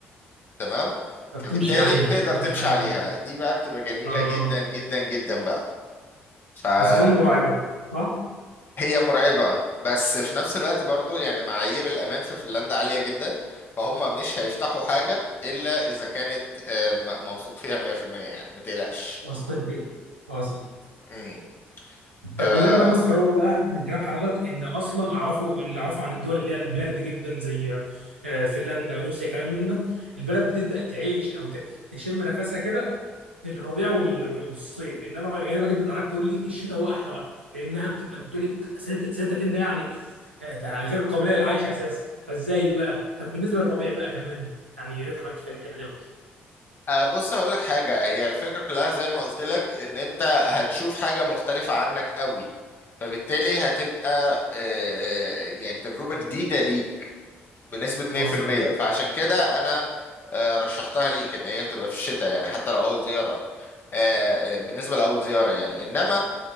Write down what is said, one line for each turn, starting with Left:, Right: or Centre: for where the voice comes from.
Left: تمام
Right: فبتمشي
Left: فبالتالي
Right: عليها
Left: بتقدر
Right: تقدر
Left: تمشي
Right: تمشي عليها
Left: عليها
Right: بقى.
Left: دي بقى بتبقى جميلة
Right: اه
Left: جدا جدا جدا بقى فهي
Right: بس اظن مرعبه صح؟
Left: مرعبة بس في نفس الوقت برضو يعني معايير الأمان في فنلندا عالية جدا فهم مش هيفتحوا حاجة إلا إذا كانت آه، م- موثوق فيها 100% يعني ما تقلقش
Right: وسطين فيها واصل
Left: مم.
Right: طب
Left: آه،
Right: اللي انا بقى مستغربه بقى من كلام حضرتك ان اصلا اعرفه اللي اعرفه عن الدول اللي هي البارد جدا زي آه، فنلندا روسيا كلام من ده البلد بتبدا تعيش او ت- تشم نفسها كده في الربيع وال- والصيف انما غريبه جدا انك تقول لي الشتاء هو احلى وقت لانها بتبقى انت بتقول لي بتبقى سالب سالب 30 ده يعني آه، ده غير قابله للعيش اساسا فازاي بقى؟ طب بالنسبه للربيع بقى كمان يعني يا ريت حضرتك تفهم الحته دي أكتر.
Left: أه بص هقول لك حاجة هي الفكرة كلها زي ما قلت لك ان انت هتشوف حاجة مختلفة عنك قوي فبالتالي هتبقى أه يعني تجربة جديدة ليك بنسبة
Right: واصل
Left: 100% فعشان كده انا أه رشحتها ليك ان هي تبقى في الشتاء يعني حتى لو اول زيارة أه بالنسبة لأول زيارة يعني انما